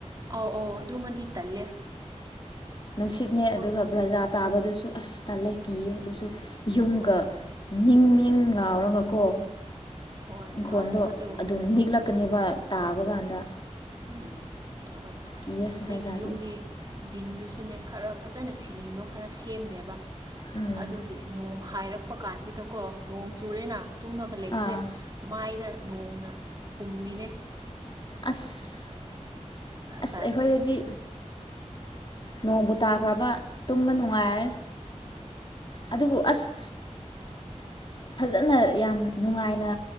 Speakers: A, on the right; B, on the left.
A: ꯑꯧ ꯑꯧ ꯑꯗꯨꯃꯗꯤ ꯇꯜꯂꯦ
B: ꯅꯨꯡꯁꯤꯠꯅꯦ
A: ꯑꯁ ꯑꯩꯈꯣꯏ
B: ꯑꯗꯨꯒ ꯕ꯭ꯔꯖꯥ ꯇꯥꯕꯗꯨꯁꯨ ꯑꯁꯇꯂ ꯀꯤꯌꯦ ꯑꯗꯨꯁꯨ ꯌꯨꯝꯒ
A: ꯍꯣꯏ
B: ꯅꯤꯡ ꯏ ꯂꯥꯎꯔꯒꯀꯣ
A: ꯍꯣꯏ
B: ꯏꯪꯈꯣꯜꯗꯣ
A: ꯇꯧꯋꯦ ꯑꯗꯨ
B: ꯑꯗꯨꯝ ꯅꯤꯛꯂꯛꯀꯅꯦꯕ ꯇꯥꯕ ꯀꯥꯟꯗ
A: ꯎꯝ ꯇꯧꯋꯦ
B: ꯀꯤꯌꯦ
A: ꯑꯁ
B: ꯕ꯭ꯔꯖꯥꯗꯤ
A: ꯑꯩꯒꯤ ꯌꯨꯝꯗꯤ ꯗꯤꯟꯗꯨꯁꯨꯅꯦ ꯈꯔ ꯐꯖꯅ ꯁꯤꯂꯤꯡꯗꯣ ꯈꯔ ꯁꯦꯝꯗꯦꯕ
B: ꯎꯝ
A: ꯑꯗꯨꯒꯤ ꯅꯣꯡ ꯍꯥꯏꯔꯛꯄ ꯀꯥꯟꯁꯤꯗꯀꯣ ꯅꯣꯡ ꯆꯨꯔꯦꯅ ꯇꯨꯝꯃꯒ ꯂꯩꯕꯁꯦ
B: ꯑꯥ
A: ꯃꯥꯏꯗ ꯅꯣꯡꯅ ꯍꯨꯝꯃꯤꯅꯦ
B: ꯑꯁ
A: ꯖꯥꯠ
B: ꯑꯁ
A: ꯖꯥꯠꯅꯤ
B: ꯑꯩꯈꯣꯏꯗꯗꯤ ꯅꯣꯡꯕꯨ ꯇꯥꯈ꯭ꯔꯕ ꯇꯨꯝꯕ ꯅꯨꯡꯉꯥꯏꯔꯦ ꯑꯗꯨꯕꯨ ꯑꯁ ꯐꯖꯅ ꯌꯥꯝ ꯅꯨꯡꯉꯥꯏꯅ